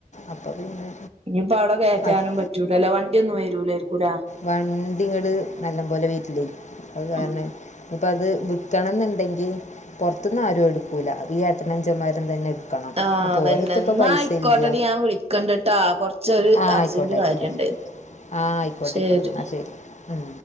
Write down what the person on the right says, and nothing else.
ഇഞ്ഞ്പ്പ അവ്ടെ കേറ്റാനും
പറ്റൂലല്ലോ വണ്ടിയൊന്നും വരൂലേയിരിക്കൂല്ലേ?
ഉം
ആഹ്
അതന്നെ
എന്നാ
ആയിക്കോട്ടെടി
ഞാൻ വിളിക്കണ്ട്ട്ടാ കൊറച്ചൊരു
അർജന്റ്
കാര്യണ്ട്
ശരി